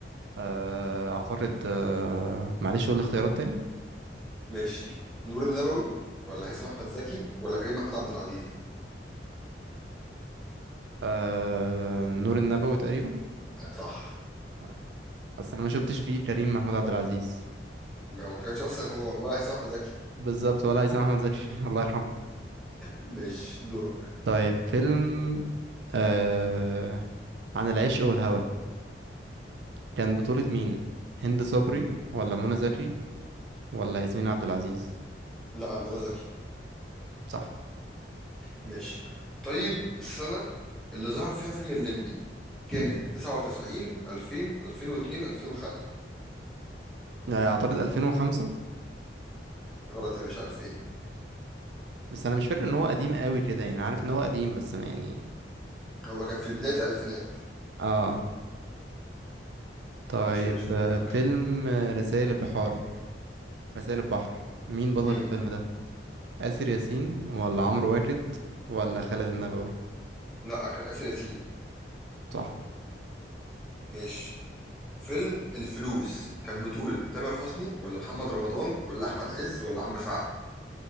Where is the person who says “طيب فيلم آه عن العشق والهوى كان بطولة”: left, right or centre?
Right